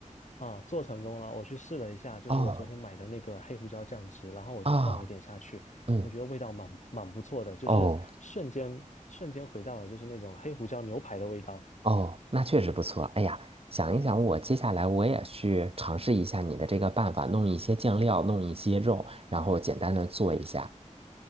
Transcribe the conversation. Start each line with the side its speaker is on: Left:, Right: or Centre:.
Left: 啊，做成功了，我去试了一下，就是我昨天买的那个黑胡椒酱汁，
Right: 哦
Left: 然后我就放了一点下去，
Right: 啊，嗯。
Left: 我觉得味道蛮蛮不错的，就是瞬间瞬间回到了就是那种黑胡椒牛排的味道。
Right: 哦，哦，那确实不错。哎呀，想一想，我接下来我也去尝试一下你的这个办法，弄一些酱料，弄一些肉，然后简单的做一下。